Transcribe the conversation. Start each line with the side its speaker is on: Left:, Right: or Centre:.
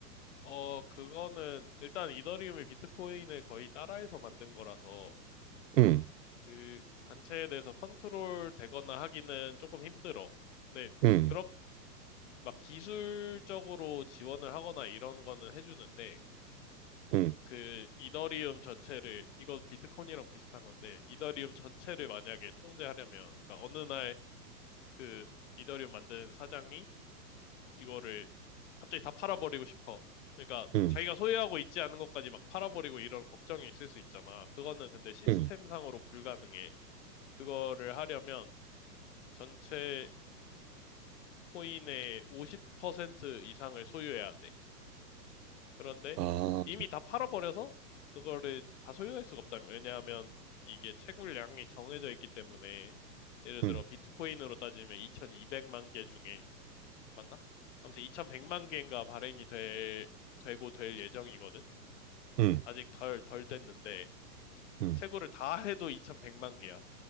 Left: 어, 그거는 일단 이더리움이 비트코인을 거의 따라해서 만든 거라서
Right: 응,
Left: 그 단체에 대해서 컨트롤 되거나 하기는 조금 힘들어. 근데
Right: 응,
Left: 그렇 막 기술적으로 지원을 하거나 이런 거는 해주는데
Right: 응,
Left: 그 이더리움 전체를 이건 비트코인이랑 비슷한 건데 이더리움 전체를 만약에 통제하려면 그러니까 어느 날 그 이더리움 만든 사장이 이거를 갑자기 다 팔아버리고 싶어. 그러니까
Right: 응,
Left: 자기가 소유하고 있지 않은 것까지 막 팔아버리고 이런 걱정이 있을 수 있잖아. 그거는 근데 시스템상으로
Right: 응.
Left: 불가능해. 그거를 하려면 전체 코인의 50% 이상을 소유해야 돼. 그런데
Right: 아,
Left: 이미 다 팔아버려서 그거를 다 소유할 수가 없다면. 왜냐하면 이게 채굴량이 정해져 있기 때문에 예를
Right: 응,
Left: 들어 비트코인으로 따지면 2200만 개 중에 맞나? 아무튼 2100만 개인가 발행이 될, 되고 될 예정이거든?
Right: 응,
Left: 아직 덜, 덜 됐는데,
Right: 응,
Left: 최고를 다 해도 2100만 개야.